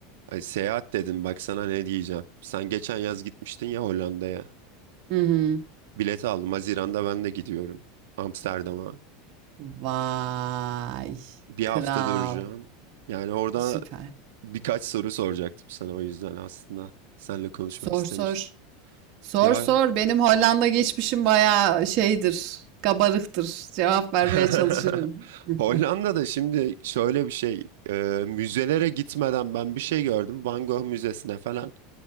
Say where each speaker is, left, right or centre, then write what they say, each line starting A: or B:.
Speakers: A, on the right (about 80°); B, on the right (about 40°).
A: Ay, seyahat dedim bak sana ne diyeceğim. Sen geçen yaz gitmiştin ya Hollanda'ya.
B: Hı hı.
A: Bilet aldım. Haziran'da ben de gidiyorum. Amsterdam'a.
B: Vay.
A: Bir
B: Kral.
A: hafta duracağım. Yani orada
B: Süper.
A: birkaç soru soracaktım sana o yüzden aslında. Seninle konuşmak
B: Sor
A: istemiştim.
B: sor. Sor
A: Ya
B: sor. Benim Hollanda geçmişim bayağı şeydir. Kabarıktır. Cevap vermeye
A: <laughs>
B: çalışırım. <laughs>
A: Hollanda'da şimdi şöyle bir şey. e, müzelere gitmeden ben bir şey gördüm. Van Gogh Müzesi'ne falan.